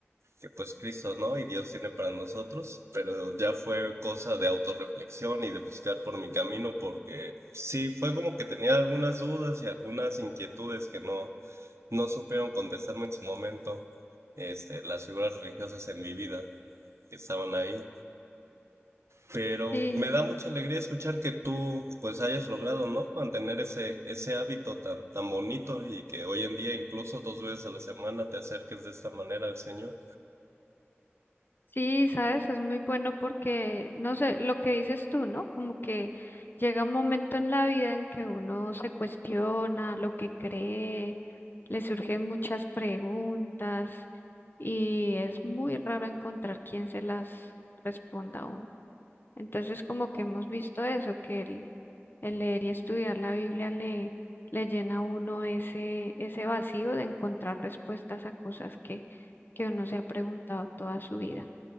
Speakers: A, on the right; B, on the left.
A: que pues Cristo, ¿no? Y Dios tiene para nosotros, pero ya fue cosa de autorreflexión y de buscar por mi camino, porque sí, fue como que tenía algunas dudas y algunas inquietudes que no, no supieron contestarme en su momento, este, las figuras religiosas en mi vida que estaban ahí. Pero
B: Sí,
A: me da mucha alegría escuchar que tú pues hayas logrado, ¿no? Mantener ese, ese hábito tan, tan bonito y que hoy en día incluso dos veces a la semana te acerques de esta manera al Señor.
B: sí, sabes, es muy bueno porque, no sé, lo que dices tú, ¿no? Como que llega un momento en la vida en que uno se cuestiona lo que cree, le surgen muchas preguntas y es muy raro encontrar quien se las responda a uno. Entonces, como que hemos visto eso, que el, el leer y estudiar la Biblia le, le llena a uno ese, ese vacío de encontrar respuestas a cosas que, que uno se ha preguntado toda su vida.